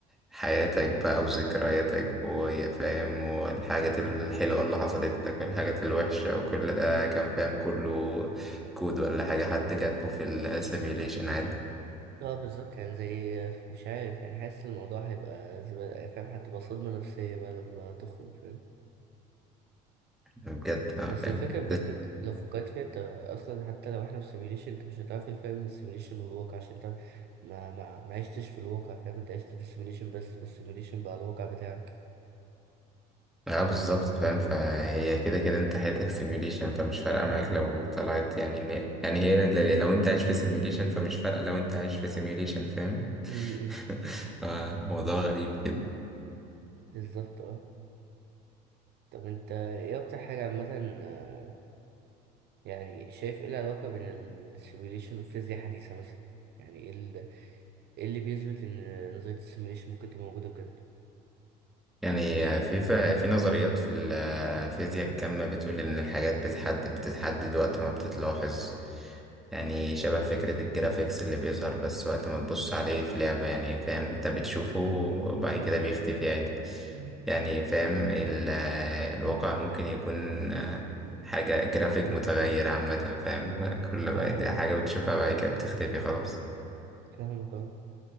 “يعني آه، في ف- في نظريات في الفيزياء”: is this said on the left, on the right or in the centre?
Centre